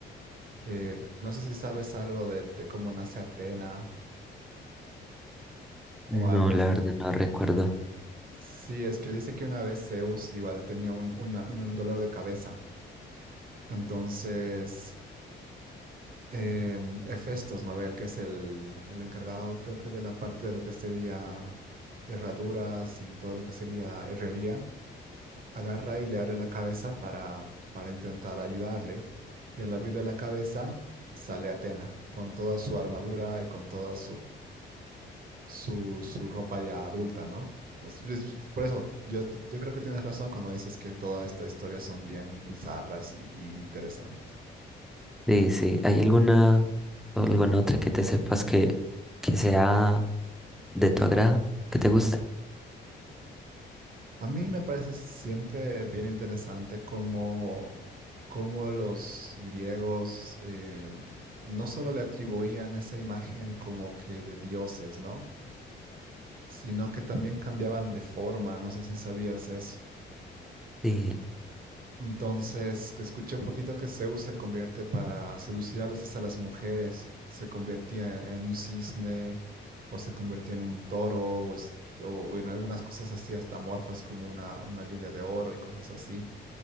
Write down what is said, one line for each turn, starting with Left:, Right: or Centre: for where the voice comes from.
Right: eh, no sé si sabes algo de, de cómo nace Atena
Centre: No,
Right: o algo
Centre: la
Right: así.
Centre: verdad no recuerdo.
Right: Sí, es que dice que una vez Zeus igual tenía un, una- un dolor de cabeza. Entonces, eh, Hefestos, ¿no? ve? El que es el, el encargado, creo que de la parte de lo que sería herraduras y todo lo que sería herrería, agarra y le abre la cabeza para, para intentar ayudarle. Y al abrirle la cabeza, sale Atena con toda su armadura y con toda su, su ropa ya adulta, ¿no? O s- es- es- Por eso, yo, t- yo creo que tienes razón cuando dices que todas estas historias son bien bizarras y, y interesantes.
Centre: Sí, sí, ¿hay alguna o alguna otra que te sepas que, que sea de tu agrado, que te guste?
Right: A mí me parece siempre bien interesante cómo, cómo los griegos eh, no solo le atribuían esa imagen como que de dioses, ¿no? Sino que también cambiaban de forma, no sé si sabías eso.
Centre: Sí,
Right: Entonces, que escuché un poquito que Zeus se convierte para seducir a veces a las mujeres. Se convertía en, en un cisne, o se convertía en un toro, o, es- o en algunas cosas así hasta morfas como una, una lluvia de oro y cosas así.